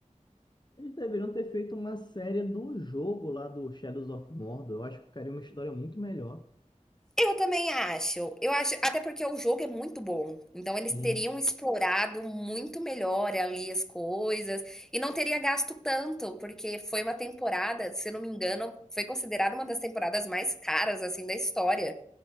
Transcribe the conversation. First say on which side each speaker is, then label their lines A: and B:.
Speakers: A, on the left; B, in the centre.
A: Eles deveriam ter feito uma série do jogo lá do Shadows of Mordor. Eu acho que ficaria uma história muito melhor.
B: Eu também acho. Eu acho, até porque o jogo é muito bom. Então
A: Sim.
B: eles teriam explorado muito melhor ali as coisas e não teria gasto tanto, porque foi uma temporada, se eu não me engano, foi considerada uma das temporadas mais caras assim da história.